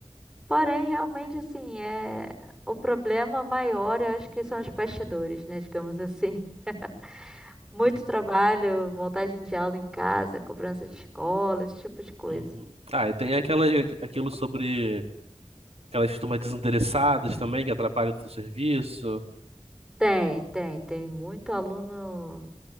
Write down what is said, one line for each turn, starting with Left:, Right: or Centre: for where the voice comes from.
Centre: Porém, realmente assim, é o problema maior, eu acho que são os bastidores, né, digamos assim. <laughs> Muito
Right: uhum,
Centre: trabalho, montagem de aula em casa, cobrança de escola, esse tipo de coisa.
Right: uhum. Ah, e tem aquela, aquilo sobre... Aquelas turmas desinteressadas também, que atrapalham o serviço.
Centre: Tem, tem, tem muito aluno